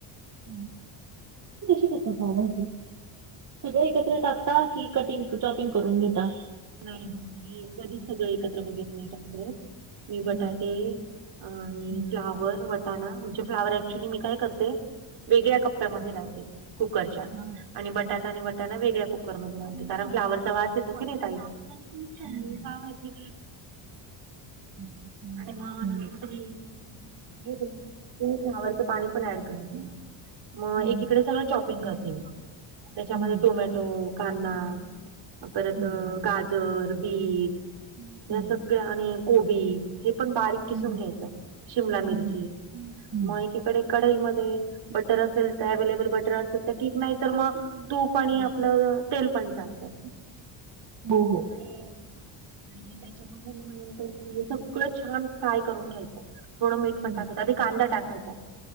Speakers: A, on the right; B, on the right.
A: तुम्ही कशी करता पावभाजी, सगळं
B: हम्म.
A: एकत्र टाकता की कटिंग- चॉपिंग करून घेता?
B: नाही मी कधीच सगळं, एकत्र वगैरे नाही टाकत मी बटाटे
A: हा
B: आणि
A: हम्म.
B: फ्लॉवर, वटाणा म्हणजे फ्लॉवर ऍक्च्युली मी काय करते ते वेगळ्या कप्प्यामध्ये लावते कूकरच्या
A: हा
B: आणि बटाटा आणि वटाणा वेगळ्या कुकरमध्ये लावते, कारण फ्लॉवरचा वास येतो की नाही ताई? मी
A: हम्म.
B: पावभाजी
A: हम्म. हम्म.
B: आणि म
A: हम्म.
B: नंतर मी घेते <unintelligible> फ्लॉवरच पाणी पण ऍड करत नाय, म
A: हम्म.
B: एकीकडे सगळं चॉपिंग करते त्याच्यामध्ये
A: हम्म.
B: टोमॅ टो, कांदा परत
A: हम्म. हम्म.
B: गाजर, बीट त्या
A: हं,
B: सगळ्या आणि कोबी हे पण बारीक किसून
A: हं,
B: घ्यायचंय, शिमला मिरची,
A: हं, हं,
B: म एकीकडे कढईमध्ये बटर असेल त, अवे्लेबल बटर असेल तर ठीक, नाही तर मग तूप पणी
A: हं.
B: आपलं तेल पण चालतं.
A: हो, हो
B: आणि-आणि त्याच्यामध्ये म नंतर मग हे सगळं छान फ्राय करून घ्यायचं थोडं मीठ
A: हं,
B: पण टाकायचं,
A: हं,
B: आधी कांदा टाकायचा